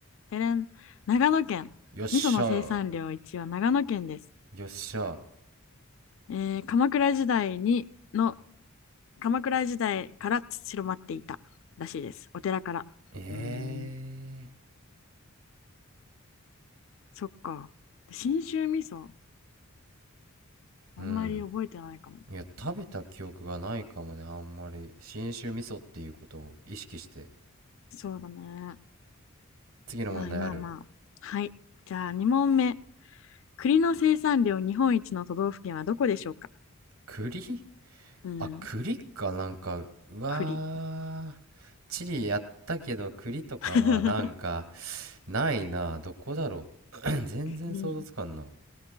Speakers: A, on the left; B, on the right.
A: てれん、長野県。
B: よっしゃー
A: 味噌の生産量一位は長野県です。
B: よっしゃー
A: えー鎌倉時代にの、鎌倉時代から広まっていたらしいです。お寺から。
B: え
A: うーん。そっか。信州味噌、あんまり覚えてないかも。
B: えー、うんいや食べた記憶がないかもねあんまり信州味噌っていうことを意識して
A: そうだね。
B: 次の問題ある
A: まあまあまあ。はい。じゃあ2問目。栗の生産量日本一の都道府県はどこでしょうか
B: 栗
A: うん。
B: あ栗かなんかうわーチリやったけど栗とかはなんか
A: 栗。<laughs>
B: ないなどこだろう <clears throat> 全然想像つかんな
A: 栗。